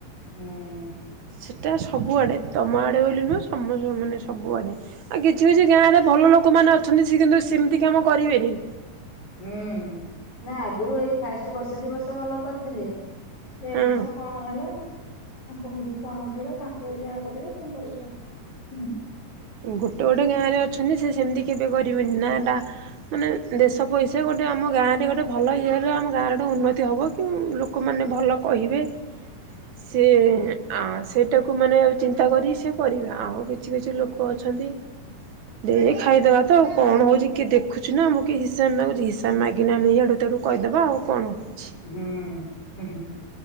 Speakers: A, on the left; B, on the right.
A: ହୁଁ।
B: ସେଇଟା ସବୁଆଡ଼େ, ତମ ଆଡ଼େ ବୋଲି ନୁହେଁ ସମ ମାନେ ସବୁଆଡ଼େ। ଆଉ କିଛି କିଛି ଗାଁ ରେ ଭଲ ଲୋକମାନୋନ ଅଛନ୍ତି, ସେ କିନ୍ତୁ ସେମିତି କାମ କରିବେନି।
A: ହୁଁ ନା ଆଗରୁ ଏଇ ଫାଷ୍ଟ ବର୍ଷ ଦି ବର୍ଷ ଭଲ କରିଥିଲେ। ଦେଢ
B: ହଁ
A: ବର୍ଷ କଣ ହେଲା ଆଉ ତାଙ୍କ ମୁଣ୍ଡୁ କଣ ଉଠେଇଲା ତାଙ୍କେ ଯାହା କରିବେ କଣ କରିବୁ ତାଙ୍କୁ
B: ଗୋଟେ ଗୋଟେ ଗାଁରେ ଅଛନ୍ତି ସେ ସେମିତି କେବେ କରିବେନି ନା ଏଟା ମାନେ ଦେଶ ପଇସା ଗୋଟେ ଆମ ଗାଁରେ ଗୋଟେ ଭଲ ଇଏ ହେଲେ ଆମ ଗାଁରେ ଗୋେ ଉନ୍ନତି ହେବ କି ଲୋକ ଲୋକମାନେ ଭଲ କହିବେ? ସିଏ ଆ ସେଇଟାକୁ ମାନେ ଚିନ୍ତା କରି ସି କରିବା ଆଉ କିଛି କିଛି ଲୋ କ ଅଛନ୍ତି। ଦେ ଖାଇଦବା ତ ଆଉ କଣ ହଉଛି କିଏ ଦେଖୁଛି ନା ମୁଁ କିଏ ହିସାବ ମାଗୁଛିି ତା ମାଗିନା ଆମେ ଇଆଡ଼ୁ ତଡ଼ୁ କହିଦେବା ଆଉ କଣ ଅଛି
A: ହଁ ଉ ହୁ